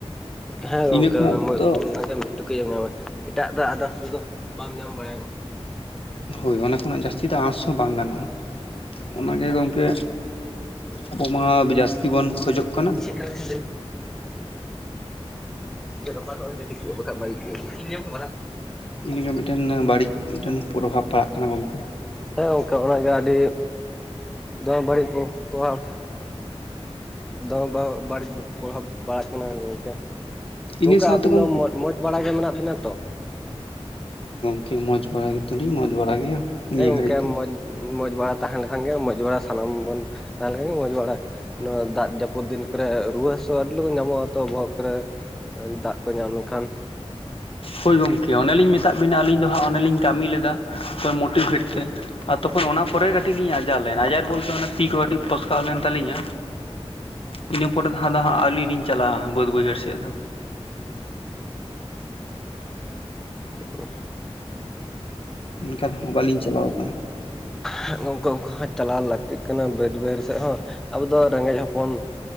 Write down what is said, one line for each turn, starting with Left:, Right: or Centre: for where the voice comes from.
Centre: ᱦᱮᱸ ᱜᱚᱝᱠᱮ
Left: ᱤᱱᱟᱹ ᱠᱷᱚᱱᱟᱜ
Centre: ᱢᱤᱫᱵᱩᱨ
Left: ᱫᱚ
Centre: ᱚᱱᱟᱜᱮ ᱢᱤᱫ ᱴᱩᱠᱩᱡ ᱮᱢ ᱧᱟᱢᱟ ᱮᱴᱟᱜ ᱫᱟᱜ ᱟᱫᱟᱨᱥ ᱫᱚ ᱵᱟᱢ ᱧᱟᱢ ᱵᱟᱲᱟᱭᱟ
Left: ᱦᱳᱭ ᱚᱱᱟ ᱠᱷᱚᱱᱟᱜ ᱡᱟᱹᱥᱛᱤ ᱫᱚ ᱟᱸᱥ ᱦᱚᱸ ᱵᱟᱝ ᱜᱟᱱᱚᱜ-ᱟ ᱚᱱᱟᱜᱮ ᱜᱚᱢᱠᱮ ᱟᱵᱚ ᱢᱟ ᱡᱟᱹᱥᱛᱤ ᱵᱚᱱ ᱠᱷᱚᱡᱚᱜ ᱠᱟᱱᱟ
Centre: <unintelligible> ᱵᱟᱠᱚ <unintelligible> <unintelligible> ᱵᱟᱠᱷᱟᱡ ᱵᱟᱲᱤᱡ ᱜᱮ ᱦᱩᱭᱩᱜ <unintelligible> ᱧᱩᱧᱩ ᱫᱚ
Left: ᱤᱱᱟᱜᱮ ᱢᱤᱫᱴᱮᱱ ᱵᱟᱹᱲᱤᱡ ᱢᱤᱫᱴᱮᱱ ᱯᱨᱚᱵᱷᱟᱵᱽ ᱯᱟᱲᱟᱜ ᱠᱟᱱᱟ ᱜᱚᱝᱠᱮ
Centre: ᱦᱮᱸ ᱜᱚᱝᱠᱮ ᱚᱱᱟᱜᱮ ᱟᱹᱰᱤ ᱫᱚᱢ ᱵᱟᱹᱲᱤᱡ ᱵᱚ ᱯᱨᱚᱵᱷᱟᱵᱽ ᱫᱚ <unintelligible> ᱵᱟᱹᱲᱤᱡ ᱯᱨᱚᱵᱷᱟᱯ ᱵᱟᱲᱟᱜ ᱠᱟᱱᱟ ᱜᱚᱝᱠᱮ ᱜᱚᱝᱠᱮ
Left: ᱤᱱᱟᱹ ᱥᱟᱶᱛᱮ
Centre: ᱟᱹᱵᱤᱱ
Left: ᱜᱚᱢᱠᱮ
Centre: ᱫᱚ ᱢᱚᱡᱽ ᱢᱚᱡᱽ ᱵᱟᱲᱟ ᱜᱮ ᱢᱮᱱᱟᱜ ᱵᱤᱱᱟ ᱛᱚ
Left: <unintelligible> ᱢᱚᱡᱽ ᱵᱟᱲᱟ ᱜᱮᱛᱚᱞᱤᱧ ᱢᱚᱸᱡᱽ ᱵᱟᱲᱟ ᱜᱮᱭᱟ ᱱᱤᱭᱟᱹ
Centre: ᱦᱮᱸ ᱜᱚᱝᱠᱮ
Left: ᱜᱷᱟᱹᱲᱤᱡ ᱫᱚ
Centre: ᱢᱚᱡᱽ ᱢᱚᱸᱡᱽ ᱵᱟᱲᱟ ᱛᱟᱦᱮᱸᱞᱠᱷᱟᱱ ᱜᱮ ᱢᱚᱸᱡᱽ ᱵᱟᱲᱟ ᱥᱟᱱᱟᱢ ᱵᱚᱱ ᱛᱟᱦᱮᱸᱞᱠᱷᱟᱱ ᱜᱮ ᱢᱚᱸᱡᱽ ᱵᱟᱲᱟ ᱱᱚᱣᱟ ᱫᱟᱜ ᱡᱟᱹᱯᱩᱫ ᱫᱤᱱ ᱠᱚᱨᱮ ᱨᱩᱣᱟᱹ ᱦᱟᱹᱥᱩ ᱟᱹᱰᱤ ᱞᱚᱠᱚᱱ ᱧᱟᱢᱚᱜ-ᱟ ᱛᱚ ᱵᱚᱦᱚᱜ ᱠᱚᱨᱮ ᱫᱟᱜ ᱠᱚ ᱧᱟᱢ ᱞᱮᱠᱷᱟᱱ
Left: ᱦᱳᱭ ᱜᱚᱢᱠᱮ ᱚᱱᱮᱞᱤᱧ ᱢᱮᱛᱟᱫ ᱵᱤᱱᱟ ᱟᱹᱞᱤᱧ ᱫᱚ ᱦᱟᱸᱜ ᱚᱱᱮᱞᱤᱧ ᱠᱟᱹᱢᱤ ᱞᱮᱫᱟ ᱦᱚᱭ ᱢᱚᱴᱤᱵᱷᱮᱴ ᱛᱮ ᱟᱨ ᱛᱚᱠᱷᱚᱱ ᱚᱱᱟ ᱯᱚᱨᱮ ᱠᱟᱹᱴᱤᱡ ᱞᱤᱧ ᱟᱡᱟᱨ ᱞᱮᱱᱟ ᱟᱡᱟᱨ ᱵᱚᱞᱛᱮ ᱚᱱᱟ ᱛᱤ ᱠᱚ ᱠᱟᱹᱴᱤᱡ ᱯᱷᱚᱥᱠᱟᱣ ᱞᱮᱱ ᱛᱟᱞᱤᱧᱟ ᱤᱱᱟᱹ ᱯᱚᱨᱮ ᱫᱚ ᱦᱟᱸ ᱫᱚ ᱦᱟᱸᱜ ᱟᱹᱞᱤᱧ ᱞᱤᱧ ᱪᱟᱞᱟᱜ-ᱟ ᱵᱟᱹᱫ ᱵᱟᱹᱭᱦᱟᱹᱲ ᱥᱮᱫ ᱫᱚ
Centre: <inaudible>
Left: ᱮᱱᱠᱟ ᱨᱮᱦᱚᱸ ᱵᱟᱹᱞᱤᱧ ᱪᱟᱞᱟᱣ ᱠᱟᱱᱟ
Centre: ᱦᱮ ᱜᱚᱝᱠᱮ ᱚᱝᱠᱟ ᱦᱚᱸ ᱪᱟᱞᱟᱣ ᱞᱟᱹᱠᱛᱤᱜ ᱠᱟᱱᱟ ᱵᱟᱹᱫ ᱵᱟᱹᱭᱦᱟᱲ ᱥᱮᱫ ᱦᱚᱸ ᱟᱵᱚ ᱫᱚ ᱨᱮᱸᱜᱮᱡ ᱦᱚᱯᱚᱱ